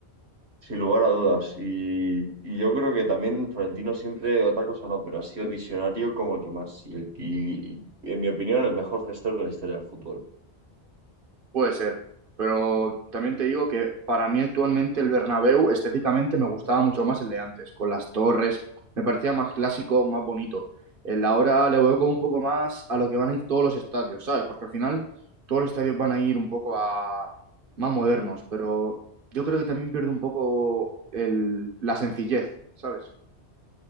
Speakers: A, on the right (about 70°); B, on the right (about 55°).
A: Sin lugar a dudas. Y, y yo creo que también Florentino siempre, otra cosa no, pero ha sido visionario como el que más. Y, el- y- y, en mi opinión, el mejor gestor de la historia del fútbol.
B: Puede ser, pero también te digo que para mí actualmente el Bernabéu estéticamente me gustaba mucho más el de antes, con las torres, me parecía más clásico, más bonito. El de ahora le veo como un poco más a lo que van a ir todos los estadios, ¿sabes? Porque al final todos los estadios van a ir un poco a más modernos, pero yo creo que también pierde un poco el... la sencillez, ¿sabes?